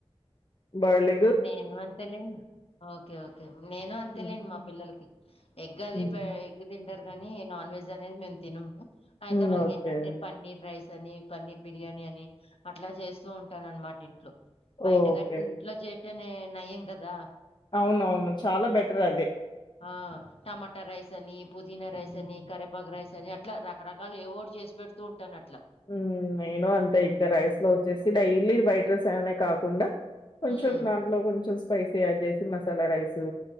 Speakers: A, on the left; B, on the left.
A: బాయిల్డ్
B: ఆ నేను అంతేలే ఓకే ఓకే నేను అంతేలేండి
A: హుహు.
B: మా పిల్లలకి ఎగ్ అవి
A: హ్మ్.
B: పే ఎగ్ తిన్ కుదరదని నాన్ వెజ్ అనేది మేము తిన్నాం అయితే
A: హ్మ్.
B: వాళ్ళకి
A: ఓకే.
B: ఏంటంటే పన్నీర్ రైస్ అని పన్నీర్ బిర్యాని అని అట్లా చేస్తూ ఉంటాననమాట ఇంట్లో బయట
A: ఓకే
B: కంటే ఇంట్లో చేటనే నయం కదా
A: అవునవును చాలా బెటర్ అదే
B: ఆ టమాటా రైస్ అని పుదీనా రైస్
A: హ్మ్
B: అని కరేపాకు రైస్ ని అట్లా రకరకాలు ఏవోటి చేసి పెడుతూ ఉంటాను అట్లా
A: ఉమ్ నేను అంతే ఇంకా రైస్ లో వచ్చేసి డైలీ బయట రైస్ అనే కాకుండా కొంచెం
B: హ్మ్
A: దాంట్లో కొంచెం స్పైసీ యాడ్ చేసి మసాలా రైసు